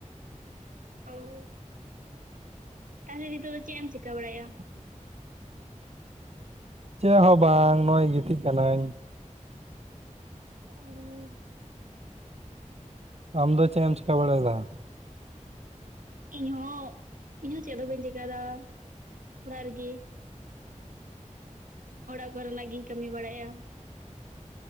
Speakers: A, on the right; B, on the right.
A: ᱚ ᱛᱟᱦᱚᱞᱮ ᱱᱤᱛᱚᱜ ᱫᱚ ᱪᱮᱫ ᱮᱢ ᱪᱤᱠᱟᱹ ᱵᱟᱲᱟᱭᱮᱫᱼᱟ
B: ᱻ ᱪᱮᱫ ᱦᱚᱸ ᱵᱟᱝ ᱱᱚᱜ ᱚᱭ ᱜᱤᱛᱤᱡ ᱠᱟᱱᱟᱹᱧ
A: ᱚ
B: ᱟᱢ ᱫᱚ ᱪᱮᱫ ᱮᱢ ᱪᱮᱠᱟᱹ ᱵᱟᱲᱟᱭ ᱮᱫᱟ
A: ᱤᱧ ᱦᱚᱸ ᱤᱧᱦᱚᱸ ᱪᱮᱫ ᱦᱚᱸ ᱵᱟᱹᱧ ᱪᱮᱤᱠᱟᱹᱫᱟ ᱚᱲᱟᱜ ᱨᱮᱜᱮ ᱚᱲᱟᱜ ᱠᱚᱨᱮᱱᱟᱜ ᱜᱤᱧ ᱠᱟᱹᱢᱤ ᱵᱟᱲᱟᱭᱼᱟ